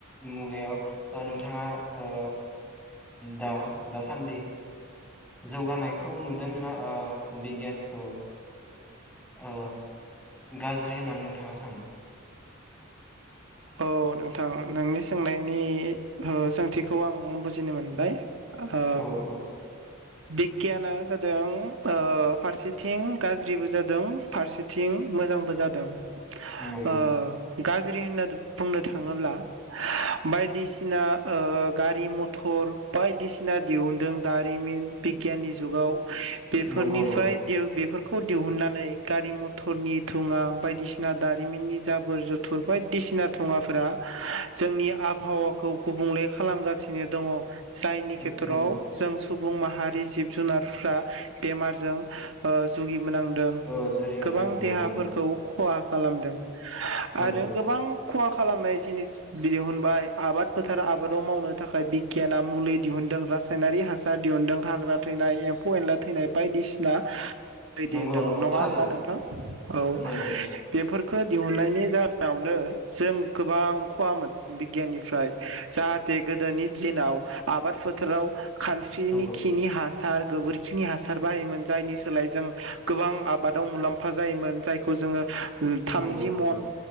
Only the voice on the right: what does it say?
औ नोंथां नोंनि सोंनायनि ओ सोंथिखौ आं बुजिनो मोनबाय ओ
बिगियाना जादों ओ फारसेथिं गाज्रिबो जादों फारसेथिं मोजांबो जादों
अ
गाज गाज्रि होनना बुंनो थाङोब्ला बायदिसिना ओ गारि मथर बायदिसिना दिहुनदों दारिमिन बिगियाननि जुगाव बेफोरनिफ्राय
बेफोर खौ दिहुननानै गारि मथरनि थुङा बायदिसिना दारि मिननि जाबुर जुथुर बायदिसिना थुङाफोरा जोंनि आब हावाखौ गुबुंले खालामगासिनो दङ जायनि
खेथ्रआव
जों सुब सुबुं माहारि जिब जुनारफ्रा बेमारजों ओ जुगि मोनांदों
गोबां
देहाफोरखौ
खहा खालाम आरो
गोबां खहा खालामनाय जिनिस दिहुनबाय आबाद फोथार आबादाव मावनो थाखाय बिगियाना मुलि दिहुनदों रासायनारि हासार दिहुनदों हाग्रा थैनाय एम्फौ एनला थैनाय बायदिसिना दैदि
होनदों
नङा
हबा नोंथां औ
बेफोर खो दिहुननायनि जाहोनावनो जों गोबां खहा मोन <unintelligible> फ्राय जाहाथे गोदोनि दिनाव आबाद फो बोथोराव खानस्रिनि
खिनि हास सार गोबोरखि खिनि हासार बाहायोमोन जायनि सोलाय जों गोबां आबादाव मुलाम्फा जायोमोन। जायखौ जोङो थामजि
मन